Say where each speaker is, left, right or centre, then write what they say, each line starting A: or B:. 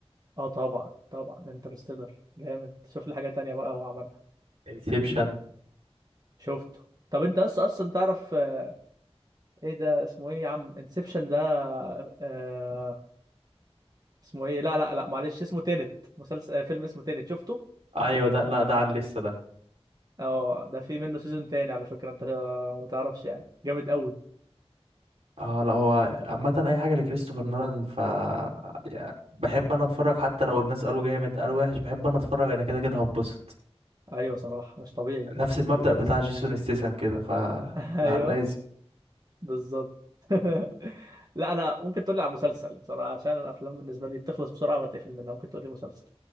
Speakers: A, on the right; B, on the right.
A: اه طبعا طبعا انترستيلر جامد شوف لي حاجه تانية بقى هو عملها
B: انسبشن
A: شفته طب انت اصلا اصلا تعرف آه، ايه ده اسمه ايه يا عم انسبشن ده آه اسمه ايه لا لا لا معلش اسمه تينت مسلسل آه، فيلم اسمه تينت شفته
B: ايوه ده لا ده على اللسه ده
A: اه ده في منه سيزون تاني على فكرة انت ما تعرفش يعني جامد قوي
B: اه لا هو عامة اي حاجة لكريستوفر نولان ف يا- بحب انا اتفرج حتى لو الناس قالوا جامد قالوا وحش بحب انا اتفرج انا كده كده هبسط
A: ايوه صراحة مش طبيعي
B: نفس
A: اقسم
B: المبدأ
A: بالله كريستوفر
B: بتاع جيسون ستيسم كده ف
A: <laughs> ايوه
B: لا لازم
A: بالظبط <laughs> لا انا ممكن تقول لي على مسلسل صراحة عشان الافلام بالنسبة لي بتخلص بسرعة وبتقفل منها ممكن تقول لي مسلسل